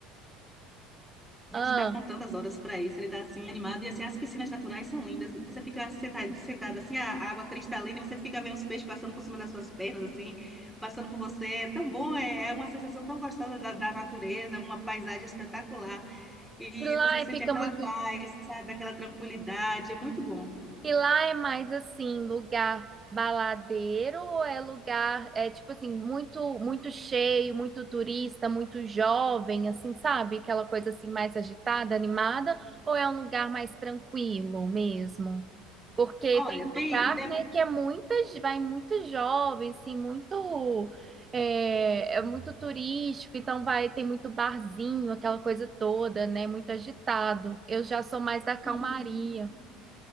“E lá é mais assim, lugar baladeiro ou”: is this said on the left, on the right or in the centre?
Right